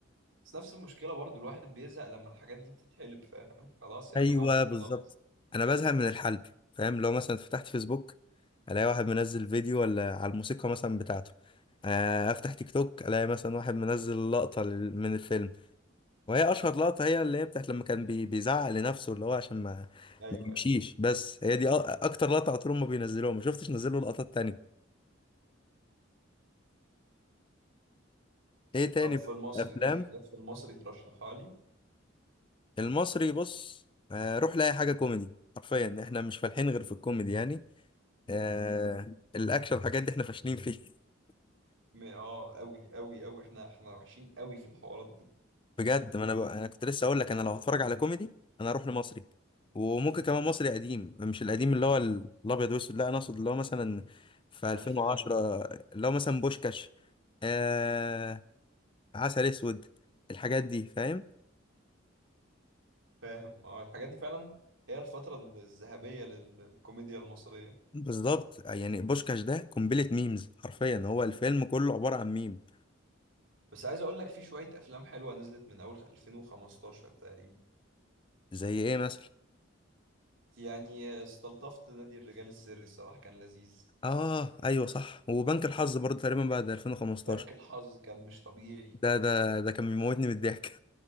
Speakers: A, on the right; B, on the left.
A: بس نفس المشكلة برضو الواحد بيزهق لما الحاجات دي بتتحلب فاهم خلاص يا
B: ايوه
A: جماعة خلاص
B: بالظبط انا بزهق من الحلب فاهم لو مثلا فتحت فيسبوك الاقي واحد منزل فيديو ولا على الموسيقى مثلا بتاعته آه افتح تيك توك الاقي مثلا واحد منزل لقطة لل- من الفيلم وهي اشهر لقطة هي اللي هي بتاعت لما كان بي بيزعق لنفسه اللي هو عشان ما
A: أيوه
B: ما يمشيش
A: أيوه
B: بس هي دي أ- اكتر لقطة على طول ما بينزلوها ما شفتش نزلوا لقطات تانية ايه تاني
A: طب في
B: بقى؟
A: المصري
B: افلام
A: ليك حاجات في المصري ترشحها لي
B: المصري بص آه، روح لاي حاجه كوميدي حرفيا احنا مش فالحين غير في الكوميدي يعني آه الاكشن الحاجات دي احنا فاشلين فيه <laughs>
A: م- اه أوي أوي أوي احنا احنا وحشين أوي في الحوارات دي
B: بجد ما انا ب... انا كنت لسه اقول لك انا لو هتفرج على كوميدي انا اروح لمصري وممكن كمان مصري قديم مش القديم اللي هو ال- الابيض واسود لا انا اقصد اللي هو مثلا في 2010
A: الألفينات
B: اللي هو مثلا بوشكاش آه عسل اسود الحاجات دي فاهم
A: فاهم اه الحاجات دي فعلا هي الفترة الذهبية لل- للكوميديا المصرية
B: بالظبط يعني بوشكاش ده قنبله ميمز حرفيا هو الفيلم كله عباره عن ميم
A: بس عايز أقول لك في شوية أفلام حلوة نزلت من أول 2015 تقريبا
B: زي ايه مثلا
A: يعني استلطفت نادي الرجال السري الصراحة كان لذيذ
B: اه ايوه صح وبنك الحظ برضه تقريبا بعد 2015
A: بنك الحظ كان مش طبيعي
B: ده ده ده كان بيموتني من الضحك